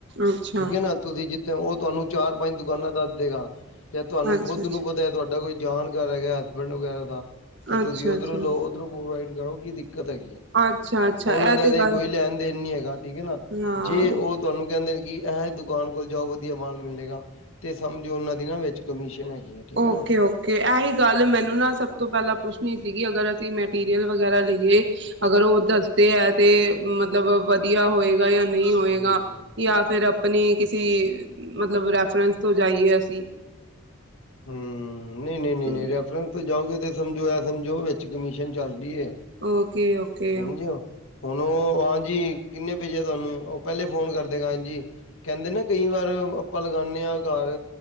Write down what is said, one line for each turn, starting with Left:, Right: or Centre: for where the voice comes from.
Right: ਅੱਛਾ
Left: ਠੀਕ ਹੈ ਨਾ ਤੁਸੀਂ ਜਿੱਥੇ ਹੋ ਉਹ ਤੁਹਾਨੂੰ ਚਾਰ ਪੰਜ ਦੁਕਾਨਾਂ ਦੱਸ ਦੇਗਾ ਚ ਤੁਹਾਨੂੰ
Right: ਅੱਛਾ ਅੱਛਾ
Left: ਖੁੱਦ ਨੂੰ ਪਤਾ ਤੁਹਾਡਾ ਕੋਈ ਜਾਨ ਘਰ ਹੈਗਾ ਤਾਂ ਹਸਬੈਂਡ ਵਗੈਰਾ ਤਾਂ ਤੇ ਤੁਸੀਂ
Right: ਅੱਛਾ
Left: ਓਧਰੋਂ
Right: ਅੱਛਾ
Left: ਲਓ ਓਧਰੋਂ ਪ੍ਰੋਵਾਈਡ ਕਰੋ ਕੀ ਦਿੱਕਤ ਹੈ
Right: ਅੱਛਾ ਅੱਛਾ
Left: ਉਹਨਾਂ
Right: ਇਹ
Left: ਦਾ ਤੇ
Right: ਗੱਲ
Left: ਕੋਈ ਲੈਣ ਦੇਣ ਨੀ ਹੈਗਾ ਠੀਕ ਹੈ ਨਾ
Right: ਹਾਂ
Left: ਜੇ ਉਹ ਤੁਹਾਨੂੰ ਕਹਿੰਦੇ ਕਿ ਐਹ ਦੁਕਾਨ ਕੋਲ ਜਾਓ ਵਧੀਆ ਮਾਲ ਮਿਲੇਗਾ ਤੇ ਸਮਝੋ ਉਹਨਾਂ ਦੀ ਨਾ ਵਿੱਚ ਕਮਿਸ਼ਨ ਹੈ ਹੈਗੀ ਠੀਕ
Right: ਓਕੇ
Left: ਹੈ ਨਾ।
Right: ਓਕੇ ਐਹੀ ਗੱਲ ਮੈਨੂੰ ਨਾ ਸਭ ਤੋਂ ਪਹਿਲਾਂ ਪੁੱਛਣੀ ਸੀਗੀ ਅਗਰ ਅਸੀਂ ਮੈ ਮਟੈਰੀਅਲ ਵਗੈਰਾ ਲਈਏ ਅਗਰ ਉਹ ਦੱਸਦੇ ਹੈ ਤੇ ਮਤਲਬ ਵਧੀਆ ਹੋਏ ਯਾਂ ਨਹੀਂ
Left: ਹਾਂਜੀ।
Right: ਹੋਏਗਾ ਯਾਂ ਫਿਰ ਆਪਣੀ ਕਿਸੇ ਮਤਲਬ ਰੈਫਰੈਂਸ ਤੋਂ ਜਾਈਏ ਅਸੀਂ
Left: ਹਮ ਨਹੀਂ ਨਹੀਂ
Right: ਤੇ
Left: ਨਹੀਂ ਰੈਫ਼ਰਨਸ ਤੇ ਜਾਓਗੇ ਤੇ ਸਮਝੋ ਏ ਸਮਝੋ ਵਿੱਚ ਕਮਿਸ਼ਨ ਚੱਲ ਦੀ ਏ
Right: ਓਕੇ ਓਕੇ
Left: ਸਮਝਿਓ ਹੁਣ ਉਹ ਹਾਂਜੀ ਕਿੰਨੇ ਭੇਜਿਆ ਤੁਹਾਨੂੰ ਉਹ ਪਹਿਲੇ ਫੋਨ ਕਰਦੇ ਗਾ ਹਾਂਜੀ ਕਹਿੰਦੇ ਨਾ ਕਈ ਵਾਰ ਆਪਾਂ ਲਗਾਨੇ ਹਾਂ ਕਾਲ